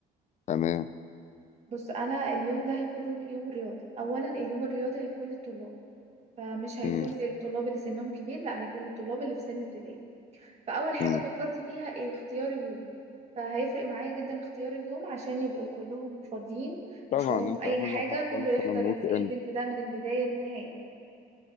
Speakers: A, on the left; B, on the right.
A: تمام
B: بص انا اليوم ده هيكون رو- يوم رياضي اولا اليوم الرياضي هيكون للطلاب فمش هيكون
A: مم،
B: للطلاب اللي سنهم كبير لا هيكون للطلاب اللي في سن ابتدائي فأول حاجة
A: مم.
B: فكرت فيها إيه اختيار اليوم فهيفرق معايا جدا اختيار اليوم عشان يبقوا كلهم فاضيين
A: طبعا
B: مش وراهم
A: انت
B: أي
A: اهم
B: حاجة
A: حاجة
B: كله
A: مثلا
B: يحضر
A: نوت
B: الايفنت
A: ان
B: ده من البداية للنهاية